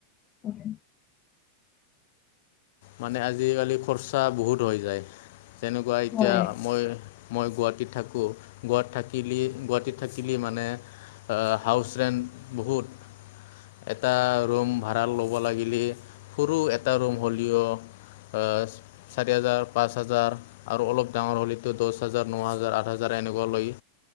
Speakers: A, on the left; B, on the left.
A: হয়।
B: মানে আজিকালি খৰচা বহুত হৈ যায় তেনেকুৱা এতিয়া
A: হয় হয়
B: মই মই গুৱাহাটীত থাকো, গুৱাত থাকিলি গুৱাহাটীত থাকিলি মানে আ হাউচৰেণ্ট বহুত। এটা ৰুম ভাড়া ল'ব লাগিলি, সৰু এটা ৰুম হ'ল দিও আ চাৰি হাজাৰ, পাঁচ হাজাৰ। আৰু অলপ ডাঙৰ হ'লেও তো দছ হাজাৰ, ন হাজাৰ, আঠ হাজাৰ এনেকুৱা লৈ।